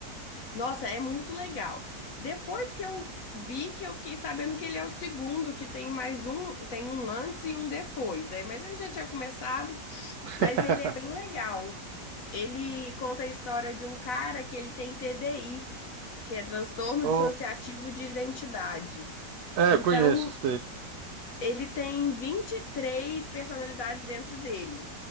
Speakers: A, on the left (about 65°); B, on the right (about 70°).
A: Nossa, é muito legal. Depois que eu vi que eu fiquei sabendo que ele é o segundo, que tem mais um, tem um antes e um depois. Aí, mas eu já tinha começado,
B: <laughs>
A: mas ele é bem legal. Ele conta a história de um cara que ele tem TDI. que é transtorno
B: Oh,
A: dissociativo de identidade.
B: é,
A: Então,
B: conheço isso aí.
A: ele tem 23 personalidades dentro dele.